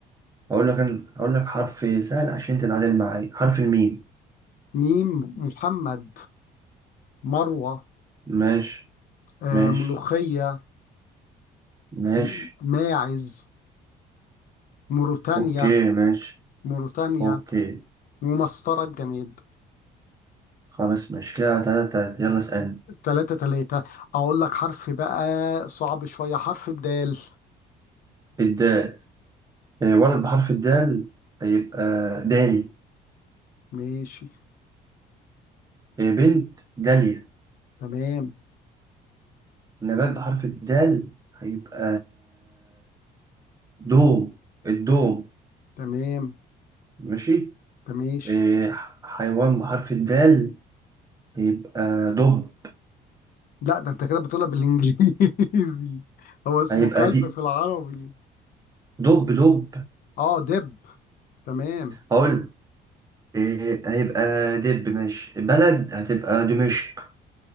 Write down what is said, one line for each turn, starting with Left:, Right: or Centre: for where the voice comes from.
Right: هقول لك أنا- هقول لك حرف سهل عشان تتعادل معايا حرف الميم
Left: ميم محمد مروة
Right: ماشي
Left: آه
Right: ماشي
Left: ملوخية
Right: ماشي
Left: م- ماعز موريتانيا
Right: اوكي ماشي
Left: موريتانيا
Right: اوكي
Left: ومسطرة الجماد
Right: خلاص ماشي كده تلاتة تلاتة يلا اسألني
Left: 3 3 أقول لك حرف بقى صعب شوية حرف الدال
Right: الدال آه، ولد بحرف الدال هيبقى دالي
Left: ماشي
Right: آه، بنت داليا
Left: تمام
Right: نبات بحرف الدال هيبقى دوم الدوم
Left: تمام
Right: ماشي
Left: تماشي
Right: آه، حيوان بحرف الدال هيبقى دب
Left: لا ده انت كده بتقولها بالانجليزي <laughs> هو اسمه
Right: هيبقى
Left: كلب
Right: دي
Left: في العربي
Right: دب دب
Left: اه دب تمام
Right: هقول إيه هيبقى دب ماشي بلد هتبقى دمشق